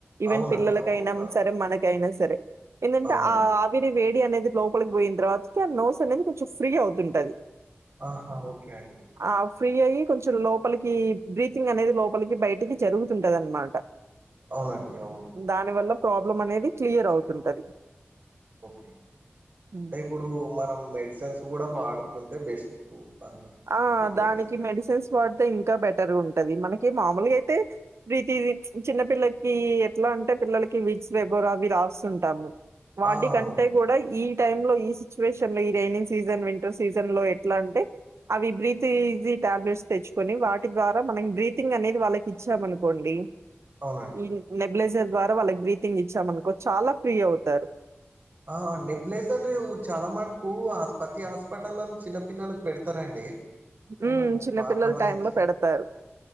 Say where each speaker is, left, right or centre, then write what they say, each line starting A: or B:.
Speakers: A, on the right (about 85°); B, on the right (about 55°).
A: ఈవెన్
B: అవునండి
A: పిల్లలకైనా
B: అవును రాదు
A: సరే మనకైనా సరే ఏందంటే
B: అవునండి
A: ఆ విరి వేడి అనేది లోపలికి పోయిన తర్వాతకి ఆ నోస్ అనేది కొంచెం ఫ్రీ అవుతుంటది
B: ఆహా ఓకే అండి
A: ఆ ఫ్రీ అయి కొంచెం లోపలికి బ్రీతింగ్ అనేది లోపలికి బయటికి జరుగుతుంటది అనమాట
B: అవునండి అవును
A: దాని వల్ల ప్రాబ్లం అనేది క్లియర్ అవుతుంటది
B: ఓకే
A: హ్మ్.
B: అంటే ఇప్పుడు మనం మెడిసిన్స్ కూడా వాడుతుంటే బెస్ట్ అన్నట్టు.
A: ఆ
B: అది మెడిసిన్.
A: దానికి మెడిసిన్స్ వాడితే ఇంకా బెటర్‌గా ఉంటది మనకి మామూలుగా అయితే బ్రీతిది చిన్నపిల్లకి ఎట్లా అంటే పిల్లలకి వీక్స్ వెబోరు అవి రాస్తుంటాము వాటికంటే
B: ఆ! అవును.
A: కూడా ఈ టైమ్‌లో ఈ సిచ్యువేషన్‌లో ఈ రైనింగ్ సీజన్ వింటర్ సీజన్‌లో ఎట్లా అంటే అవి బ్రీతిజీ టాబ్లెట్స్ తెచ్చుకొని వాటి ద్వారా మనం బ్రీతింగ్ అనేది వాళ్ళకి ఇచ్చామనుకోండి
B: అవునండి.
A: ఈ నెబిలైజర్ ద్వారా వాళ్ళకి బ్రీతింగ్ ఇచ్చామనుకో చాలా ఫ్రీ అవుతారు
B: ఆ నిబ్లేజారు చాలా మటుకు ప్రతి హాస్పిటల్లో చిన్నపిల్లక్కు పెడతారండి నేను
A: హ్మ్. చిన్న
B: బా
A: పిల్లల
B: గమనించాను
A: టైంలో పెడతారు.